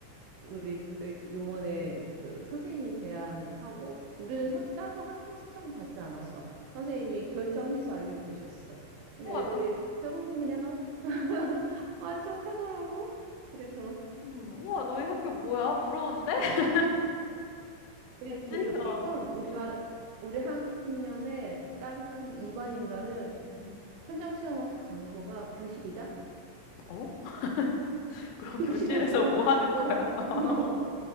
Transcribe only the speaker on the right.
우리 그- 요번에 그 선생님이 제안하고 우리는
선, 따로 학생 신청은 받지 않았어. 선생님이 결정해서 알려주셨어. 근데
애들이 대부분 그냥 <laughs> 만족하더라고. 그래서
근데
되게 웃긴
건 우리
반 우리 학년에 다른 이반 인가는
현장 체험 학습 장소가 교실이다.
교실에
모여가지고
<laughs> 어,